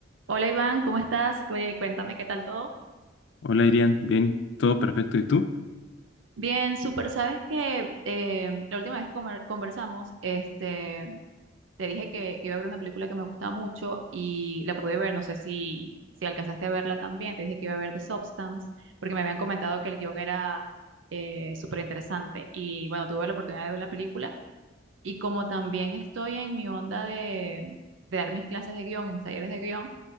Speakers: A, on the right; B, on the left.
A: Hola Iván, ¿cómo estás? Cué- Cuéntame qué tal todo.
B: Hola, Irian. Bien, todo perfecto. ¿Y tú?
A: Bien, súper. Sabes que eh, la última vez que comer- conversamos, este, te dije que, que iba a ver una película que me gustaba mucho y la pude ver. No sé si, si alcanzaste a verla también. Te dije que iba a ver The Substance porque me habían comentado que el guión era eh, súper interesante. Y bueno, tuve la oportunidad de ver la película. Y como también estoy en mi onda de, de dar mis clases de guión y mis talleres de guión,